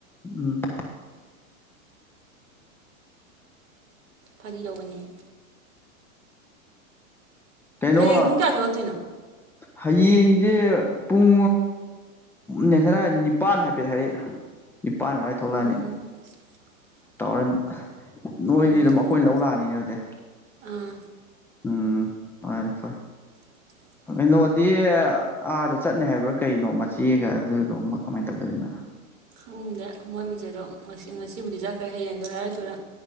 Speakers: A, in the centre; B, on the right.
A: ꯎꯝ
B: ꯐꯥꯒꯤ ꯇꯧꯕꯅꯦ
A: ꯀꯩꯅꯣ
B: ꯍꯌꯦꯡ ꯄꯨꯡ ꯀꯌꯥ ꯊꯣꯛꯂꯛꯇꯣꯏꯅꯣ
A: ꯍꯌꯦꯡꯁꯦ ꯄꯨꯡ ꯅꯦꯁꯅ ꯅꯤꯄꯥꯟ ꯍꯥꯏꯐꯦꯠ ꯍꯥꯏꯔꯛꯏ ꯅꯤꯄꯥꯟ ꯑꯗꯨꯋꯥꯢꯗ ꯊꯣꯛꯂꯛꯑꯅꯤ
B: ꯎꯝ <inaudible>
A: ꯇꯧꯔ ꯅꯣꯏꯗꯤ
B: ꯈꯔ ꯉꯟꯅ ꯂꯣꯏꯁꯤꯟꯗ
A: ꯑꯗꯨꯝ ꯑꯩꯈꯣꯏꯅ
B: ꯌꯥꯔꯦ
A: ꯂꯧ ꯂꯥꯛꯑꯅꯤꯅꯦ ꯑꯗꯨꯗꯤ
B: ꯑꯥ
A: ꯎꯝ ꯐꯔꯦ ꯐꯔꯦ
B: <unintelligible>
A: ꯀꯩꯅꯣꯗꯤ ꯑꯥꯗ ꯆꯠꯅꯤ ꯍꯥꯏꯕ꯭ꯔꯥ ꯀꯩꯅꯣ ꯃꯆꯦꯒ ꯑꯗꯨꯗꯣꯃ ꯀꯃꯥꯏꯅ ꯇꯧꯗꯣꯏꯅꯣ
B: ꯈꯪꯗꯦ ꯃꯣꯏ ꯃꯆꯦꯗꯣ ꯉꯁꯤ ꯉꯁꯤꯕꯨꯗꯤ ꯆꯠꯈ꯭ꯔꯦ ꯍꯌꯦꯡꯗꯣ ꯍꯥꯏꯔꯛ ꯁꯨꯔꯦ